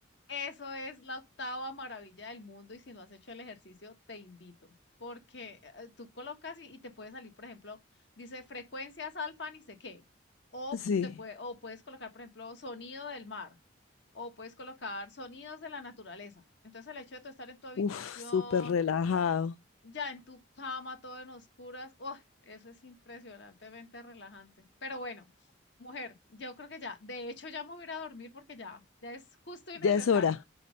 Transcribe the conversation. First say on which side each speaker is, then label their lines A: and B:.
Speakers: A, on the left; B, on the left.
A: Eso es la octava maravilla del mundo y si no has hecho el ejercicio, te invito, porque eh, eh, tú colocas y, y te puede salir, por ejemplo, dice frecuencias alfa ni sé qué, o
B: Sí,
A: te puede, o puedes colocar, por ejemplo, sonido del mar o puedes colocar sonidos de la naturaleza. Entonces el hecho de tú estar en tu habitación,
B: uf, súper relajado.
A: ya en tu cama, todo en oscuras, ¡oh! eso es impresionantemente relajante. Pero bueno, mujer, yo creo que ya, de hecho ya me voy a ir a dormir porque ya, ya es justo y
B: Ya
A: necesario.
B: es hora.